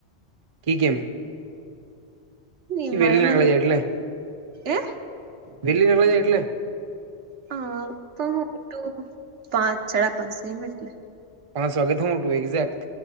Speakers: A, on the right (about 40°); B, on the right (about 85°).
A: કી કેમ?
B: ની
A: વલી
B: મળે
A: ના
B: મને
A: અવાજ આવે એટલે?
B: એ
A: વેલી <unintelligible> એટલે?
B: હા તો હું ઊઠું પાંચ સાડા પાંચ એમ એટલે.
A: પાંચ વાગે તો હું તું એક્ઝેક્ટ.